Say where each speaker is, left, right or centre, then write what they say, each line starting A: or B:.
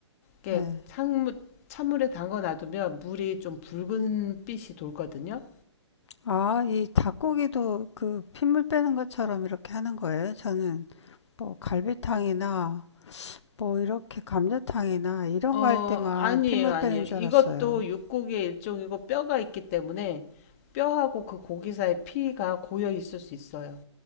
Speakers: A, on the left (about 30°); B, on the left (about 75°).
A: 이렇게
B: 네.
A: 찬물, 찬물에 담가 놔두면 물이 좀 붉은 빛이 돌거든요.
B: 아, 이 닭고기도 그 핏물 빼는 것처럼 이렇게 하는 거예요? 저는 뭐 갈비탕이나 뭐 이렇게 감자탕이나 이런
A: 어,
B: 거 할 때만
A: 아니에요,
B: 핏물
A: 아니에요.
B: 빼는
A: 이것도
B: 줄 알았어요.
A: 육고기의 일종이고 뼈가 있기 때문에 뼈하고 그 고기 사이 피가 고여 있을 수 있어요.